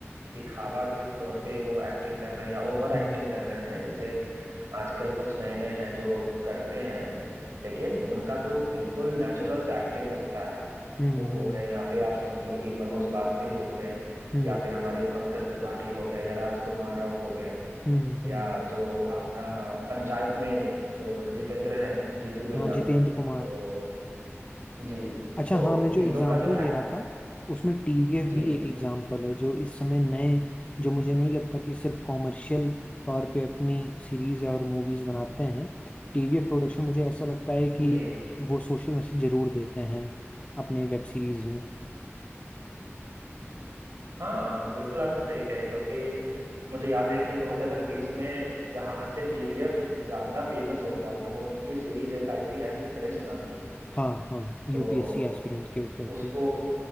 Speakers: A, on the right; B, on the left.
A: दिखावा के तौर पे वो एक्टिंग कर रहे हैं या ओवर एक्टिंग
B: हाँ
A: कर रहे हैं जैसे आजकल कुछ नए नए हैं जो करते हैं लेकिन उनका तो बिल्कुल नेचुरल से एक्टिंग लगता है
B: हम्म
A: वो हो
B: हम्म
A: गए या फिर आप समझ लो कि मनोज बाजपेयी हो गए
B: हम्म
A: या फिर हमारे पंकज त्रिपाठी हो गए या राजकुमार राव हो गए
B: हम्म
A: या
B: हम्म।
A: जो आपका पंचायत में जो जितेंद्र है जीतू भैया
B: हाँ जितेंद्र कुमार
A: तो जी
B: अच्छा
A: तो
B: हाँ मैं जो
A: इन
B: एग्जांपल
A: लोग का जो
B: दे
A: एक्ट
B: रहा था उसमें टीवीएफ
A: जी
B: भी एक एग्जांपल है जो इस समय नए जो मुझे नहीं लगता कि सिर्फ कॉमर्शियल तौर पे अपनी सीरीज और मूवीज बनाते हैं टीवीएफ प्रोडक्शन मुझे ऐसा लगता है कि
A: जी
B: वो सोशल मैसेज जरूर देते हैं अपने वेब सीरीज में
A: हाँ बिल्कुल आप सही कहें क्योंकि मुझे याद है कि 2020 में जहाँ से टीवीएफ ज्यादा फेमस हो गया था वो उनकी सीरीज एक आई थी एस्पिरेंट्स नाम की
B: हाँ हाँ यूपीएससी
A: तो
B: aspirant के ऊपर
A: उसको
B: थी